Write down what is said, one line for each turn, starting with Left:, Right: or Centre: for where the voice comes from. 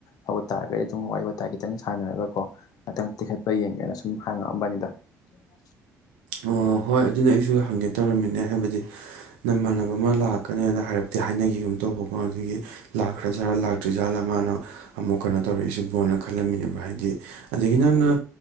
Left: ꯍꯧꯒꯠꯇꯥꯔꯗꯤ ꯑꯗꯨꯝ ꯋꯥꯔꯤ ꯋꯥꯇꯥꯏ ꯈꯤꯇꯪ ꯁꯥꯟꯅꯔꯒꯀꯣ ꯉꯥꯛꯇꯪ ꯇꯤꯈꯠꯄ ꯌꯦꯡꯒꯦꯅ ꯁꯨꯝ ꯍꯥꯡꯉꯛꯑꯝꯕꯅꯤꯗ꯫ <unintelligible>
Right: ꯑꯣ ꯍꯣꯏ ꯑꯗꯨꯅꯦ ꯑꯩꯁꯨ ꯍꯪꯒꯦ ꯇꯧꯔꯝꯃꯤꯅꯦ ꯍꯥꯏꯕꯗꯤ꯫ ꯅꯃꯥꯟꯅꯕ ꯑꯃ ꯂꯥꯛꯀꯅꯤꯅ ꯍꯥꯏꯔꯛꯇꯤ ꯍꯥꯏꯅꯈꯤꯒꯨꯝ ꯇꯧꯕꯀꯣ ꯑꯗꯨꯒꯤ꯫ ꯂꯥꯛꯈ꯭ꯔꯖꯥꯠꯂ ꯂꯥꯛꯇ꯭ꯔꯤꯖꯥꯠꯂꯥ ꯃꯥꯅ ꯑꯃꯨꯛ ꯀꯩꯅꯣ ꯇꯧꯔꯛꯏꯁꯤꯕꯣꯅ ꯈꯜꯂꯝꯃꯤꯅꯦꯕ ꯍꯥꯏꯗꯤ꯫ ꯑꯗꯒꯤ ꯅꯪꯅ